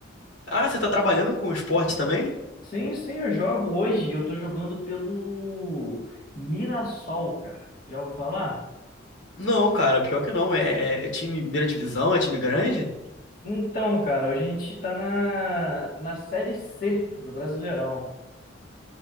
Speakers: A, on the left; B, on the left.
A: Ah, você tá trabalhando com esporte também?
B: Sim, sim, eu jogo hoje. Eu tô jogando pelo Mirassol, cara. Já ouviu falar?
A: Não, cara, pior que não. É, é é time primeira divisão, é time grande?
B: Então, cara, a gente tá na, na Série C do Brasileirão.